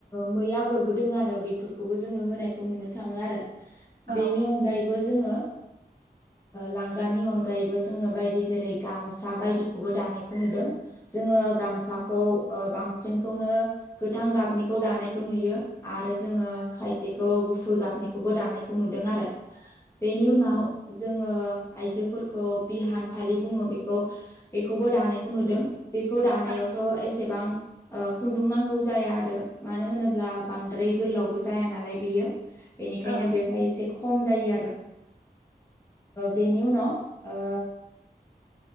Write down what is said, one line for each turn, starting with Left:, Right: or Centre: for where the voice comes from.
Left: मै आगरबो दोङो आरो बेफोरखौबो जोङो होनायखौ नुनो थाङो आरो
Right: औ
Left: बेनि अनगायैबो जोङो लांगानि अनगायैबो जोङो बायदि जेरै गामसा बायदिखौबो दानायखौ नुदों जोङो गामसाखौ बांसिनखौनो गोथां गाबनिखौ दानायखौ नुयो आरो जोङो खायसेखौ गुफुर गाबनिखौबो दानायखौ नुदों आरो बेनि उनाव जोङो आइजोफोरखौ बिहान फालि बुङो बेखौ बेखौबो दानायखौ नुदों बेखौ दानायाव
Right: औ
Left: एसेबां खुन्दुं नांगौ जाया आरो मानो होनोब्ला बांद्राय गोलावबो जाया नालाय बेयो बेनिखायनो
Right: औ
Left: बेवहाय एसे खम जायो आरो बेनि उनाव ओ